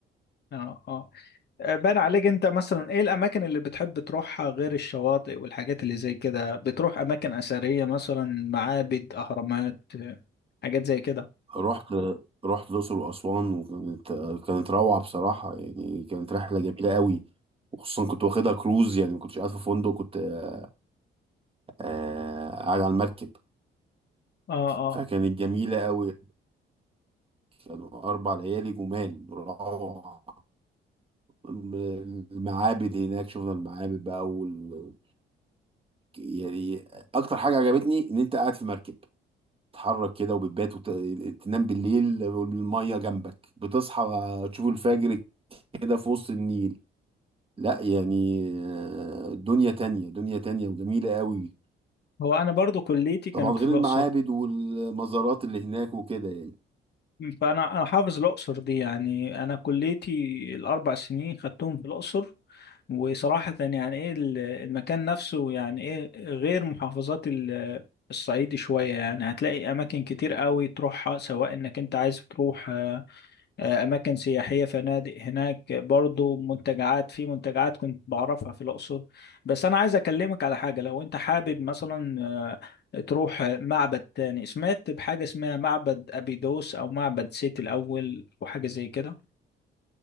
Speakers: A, on the left (about 55°); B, on the right (about 30°).
A: اه اه بان عليك انت مثلا ايه الاماكن اللي بتحب تروحها غير الشواطئ والحاجات اللي زي كده بتروح اماكن اثريه مثلا معابد اهرامات حاجات زي كده
B: رحت رحت الأقصر وأسوان وكانت كانت روعة بصراحة يعني كانت رحلة جميلة قوي وخصوصا كنت واخدها كروز يعني ما كنتش قاعد في فندق كنت آه، آه، قاعد على المركب
A: اه اه
B: فكانت جميلة قوي كانوا أربع ليالي جمال روعة المعابد هناك شفنا المعابد بقى وال... يعني أكتر حاجة عجبتني إن أنت قاعد في مركب تتحرك كده وبتبات وتنام بالليل والمية جنبك بتصحى تشوف الفجر كده في وسط النيل لا يعني آه، دنيا تانية دنيا تانية وجميلة قوي
A: هو انا برضو كليتي كانت
B: طبعا غير
A: في الاقصر
B: المعابد والمزارات اللي هناك وكده يعني
A: فانا انا حافظ الاقصر دي يعني انا كليتي الاربع سنين خدتهم في الاقصر وصراحه يعني ايه ال- المكان نفسه يعني ايه غير محافظات ال- الصعيد شويه يعني هتلاقي اماكن كتير قوي تروحها سواء انك انت عايز تروح آه، أماكن سياحية فنادق هناك برضو منتجعات في منتجعات كنت بعرفها في الأقصر بس أنا عايز أكلمك على حاجة لو أنت حابب مثلا آه، تروح معبد تاني سمعت بحاجة اسمها معبد أبيدوس أو معبد سيتي الأول وحاجة زي كده